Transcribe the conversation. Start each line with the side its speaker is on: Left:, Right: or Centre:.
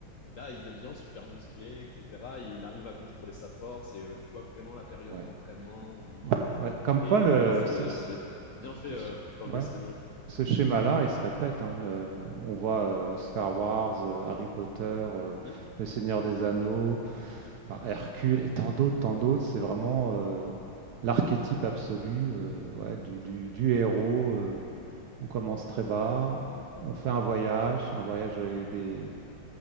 Left: et là, il devient super musclé, etc. Il arrive à contrôler sa force, et euh, tu vois vraiment la période
Right: Ouais.
Left: d'entraînement où il...
Right: Ouais. Bah, comme
Left: Et
Right: quoi, le,
Left: euh, c'est-
Right: ce,
Left: j'avais
Right: ce-
Left: bien fait euh,
Right: ce-
Left: dans le
Right: ouais,
Left: dessin animé.
Right: ce schéma-là, il se répète. hein. Euh, on voit euh, Star Wars, euh, Harry Potter, euh,
Left: Hmm
Right: Le Seigneur des Anneaux. Bah, Hercule et tant d'autres, tant d'autres, c'est vraiment euh, l'archétype absolu euh, ouais, du, du- du héros. euh, on commence très bas, on fait un voyage, un voyage avec des,